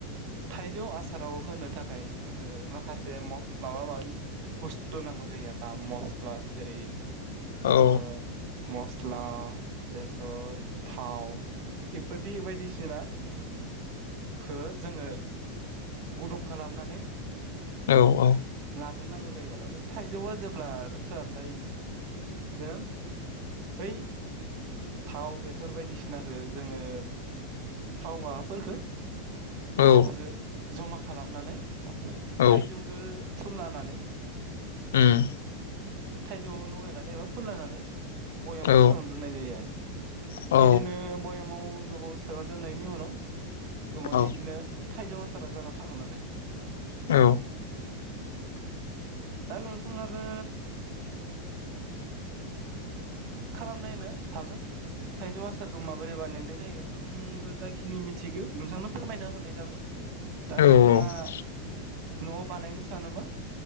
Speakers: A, on the right; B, on the left.
A: थाइजौ आसाराव होनो थाखाय जोङो माखासे माबा माबि बुस्थु नांगौ जा जायो ना मस्ला जेरै ओ
B: औ
A: मस्ला बेसर थाव बेफोरदि बायदिसिना खो जोङो गुदुं खालामनानै
B: औ औ
A: गाग्रोनांगौ जायो आरो थाइजौआ जेब्ला फोरानबाय जों बै थाव बेसर बायदिसिनाखो जोङो थाव माबाफोरफोरखौ
B: औ
A: थावजो जमा खालामनानै
B: औ
A: थाइजौजो फुनलानानै।
B: उम।
A: थाइजौआव लगायनानै एबा फुनलानानै। बयामाव
B: औ
A: सोना दोननाय जायो आरो।
B: औ
A: बिदिनो बयामाव गोबाव सोना दोननायनि उनाव गोबाव
B: औ
A: बिदिनो थाइजौ आसारा जाना थागोन आरो।
B: औ
A: दा नोंथाङाबो खालाम नायनो हागोन थाइजौ आसारखौ माबोरै बानायनाय जायो आंबो जाखिनि मिथिगौ नोंथांनो फोरमायना होनाय जाबाय दा
B: उम
A: नोंथाङा न'आव बानायनो सानोबा